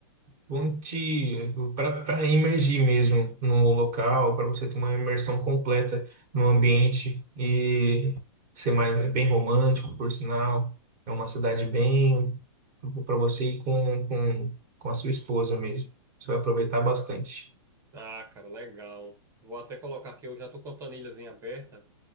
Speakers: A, on the right; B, on the right.
A: Vão te para imergir mesmo no local, para você ter uma imersão completa no ambiente e ser mais bem romântico, por sinal. É uma cidade bem para você ir com, com, com a sua esposa mesmo. Você vai aproveitar bastante.
B: Ah, cara, legal. Vou até colocar aqui, eu já tô com a planilhazinha aberta.